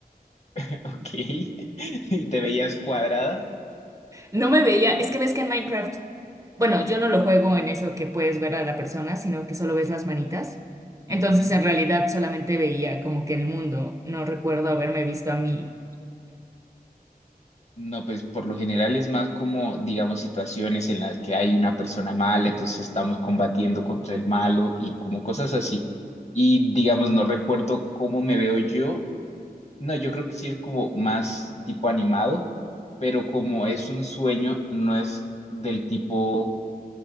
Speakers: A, on the left (about 45°); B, on the right (about 20°).
A: <laughs> ok. <laughs> Y te veías cuadrada.
B: No me veía, es que ves que en Minecraft, bueno, yo no lo juego en eso que puedes ver a la persona, sino que solo ves las manitas. Entonces,
A: Ujú.
B: en realidad solamente veía como que el mundo, no recuerdo haberme visto a mí
A: No, pues por lo general es más como, digamos, situaciones en las que hay una persona mala, entonces estamos combatiendo contra el malo y como cosas así. Y digamos, no recuerdo cómo me veo yo. No, yo creo que sí es como más tipo animado, pero como es un sueño, no es del tipo